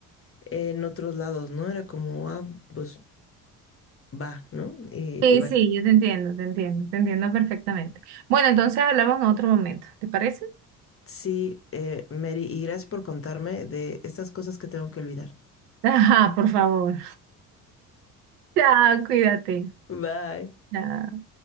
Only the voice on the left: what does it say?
en otros lados, ¿no? Era como, ah, pues va, ¿no? Y,
y bueno,
sí, eh, Mary, y gracias por contarme de estas cosas que tengo que olvidar.
Bye.